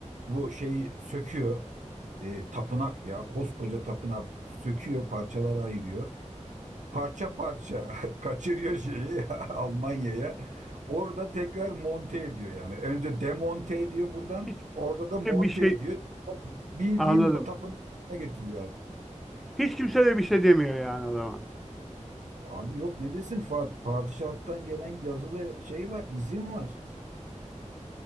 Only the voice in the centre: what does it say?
Hiç kimse
bir şey
anladım.
Hiç kimse de bir şey demiyor yani adama.